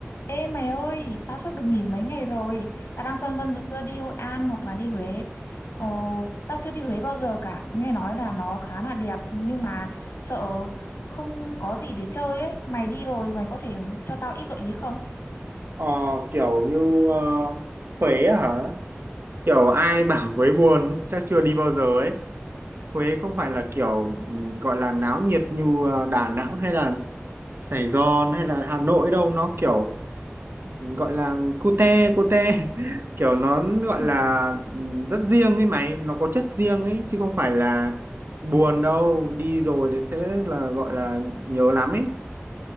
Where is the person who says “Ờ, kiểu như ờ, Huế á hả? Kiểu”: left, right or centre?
Right